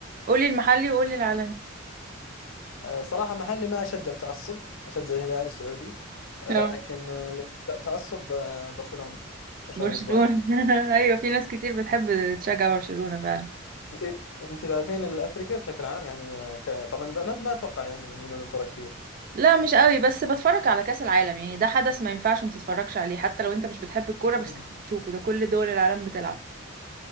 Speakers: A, on the right; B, on the left.
A: قولي المحلي وقولي العالمي
B: أه صراحة محلي ما أشجع بتعصب أشجع الهلال السعودي أه،
A: اه
B: لكن أه، اللي أشجع بتعصب أه، برشلونة برشلونة
A: برشلونة
B: الإسباني
A: <laughs> ايوه في ناس كتير بتحب تشجع برشلونة فعلا
B: أنت أنت تعرفين الأفريقيا بشكل عام يعني أه، ك- طبعا البنات ما أتوقع يعني يميلون للكرة كثير
A: لا مش قوي بس بتفرج على كأس العالم يعني ده حدث ما ينفعش ما تتفرجش عليه حتى لو انت مش بتحب الكورة بس
B: امم
A: لازم تشوفه ده كل دول العالم بتلعب